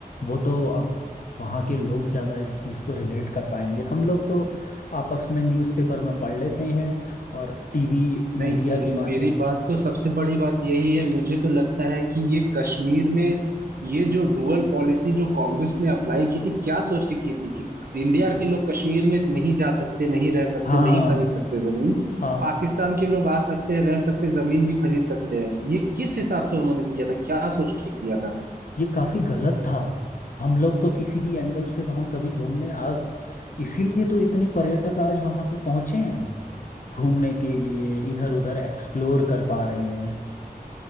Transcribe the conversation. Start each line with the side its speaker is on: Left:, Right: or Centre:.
Left: वो तो अब वहाँ के लोग ज्यादा इस चीज को रिलेट कर पाएंगे हम लोग तो आपस में न्यूज़पेपर में पढ़ लेते हैं और टीवी
Right: नहीं
Left: मीडिया के माध्यम
Right: मेरी बात
Left: से
Right: तो सबसे बड़ी बात यही है मुझे तो लगता है कि ये कश्मीर में ये जो डुअल पॉलिसी जो कांग्रेस ने अप्लाई की थी क्या सोच के की थी कि इंडिया के लोग कश्मीर में नहीं जा सकते नहीं रह सकते
Left: हाँ
Right: नहीं खरीद सकते जमीन
Left: हाँ
Right: पाकिस्तान के लोग आ सकते हैं रह सकते जमीन भी खरीद सकते हैं ये किस हिसाब से उन्होंने किया था क्या सोच के किया था
Left: ये काफी गलत था हम लोग तो किसी भी एंगल से वहां कभी घूमने आज इसीलिए तो इतने पर्यटक आज वहां पे पहुंचे हैं घूमने के लिए इधर उधर एक्सप्लोर कर पा रहे हैं